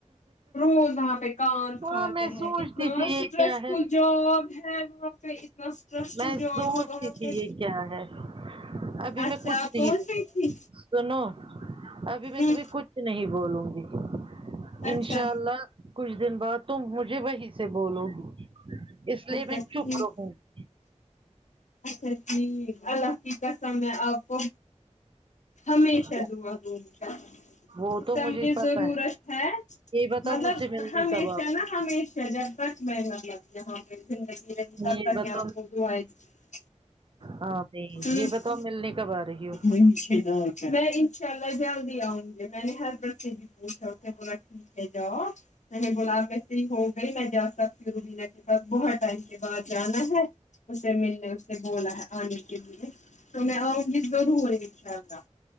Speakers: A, on the left (about 75°); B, on the right (about 45°).
A: روز وہاں پہ کان
B: ہاں
A: کھاتے
B: میں
A: ہیں
B: سوچتی
A: اتنا
B: تھی
A: اسٹریس
B: یہ کیا ہے
A: فل جاب ہے وہاں پہ اسٹریس فل
B: میں
A: جاب
B: سوچتی
A: ہے وہاں
B: تھی
A: پہ
B: یہ کیا ہے ابھی
A: اچھا
B: میں کچھ
A: آپ
B: نہیں
A: پہنچ گئی تھی
B: سنو ابھی میں
A: ہ
B: تمہیں کچھ نہیں بولوں گی
A: اچھا
B: انشاء اللہ کچھ دن بعد تم مجھے وہی سے بولو گی اس لیے
A: اچھا
B: میں
A: ٹھیک
B: چپ رہوں گی
A: اچھا جی اللہ کی قسم میں آپ کو ہمیشہ
B: کیا
A: دعا دوں گی اپ کو
B: وہ تو
A: سمجھے
B: مجھے پتا
A: ضرورت
B: ہے
A: ہے
B: یہ بتاؤ
A: مطلب
B: مجھ سے ملنے
A: ہمیشہ
B: کب آؤ
A: نا ہمیشہ جب تک میں نہ لگ جاؤ وہاں پہ زندگی <unintelligible>
B: یہ بتاؤ ہاں نہیں
A: ہوں
B: یہ بتاؤ ملنے کب آ رہی ہو
A: <unintelligible> میں انشاء اللہ جلد ہی آؤں گی میں نے ہر ہسبنڈ سے بھی پوچھا اے بولا ٹھیک ہے جاؤ میں نے بولا <unintelligible> ہی ہو میں جا سکتی ہوں ربینہ کے پا س بہت ٹائم کے بعد جانا ہے اسے ملنے نے بولا ہے آنے کے لیے تو میں آؤں گی ضرورا انشاءاللہ